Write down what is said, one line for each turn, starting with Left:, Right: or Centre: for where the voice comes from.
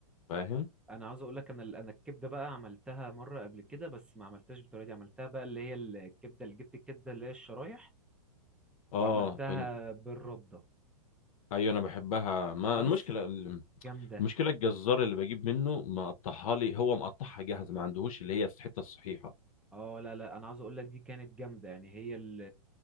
Left: فاهم
Centre: انا عاوز اقول لك انا ال- انا الكبده بقى عملتها مره قبل كده بس ما عملتهاش بالطريقه دي عملتها بقى اللي هي الكبده اللي جبت الكبده اللي هي الشرايح
Left: اه
Centre: وعملتها
Left: ال-
Centre: بالرده
Left: ايوه انا بحبها ما
Centre: بص
Left: المشكله ال-
Centre: جامده
Left: المشكله الجزار اللي بجيب منه مقطعها لي هو مقطعها جاهز ما عندهوش اللي هي الحته الصحيحه
Centre: اه لا لا انا عاوز اقول لك دي كانت جامده يعني هي ال...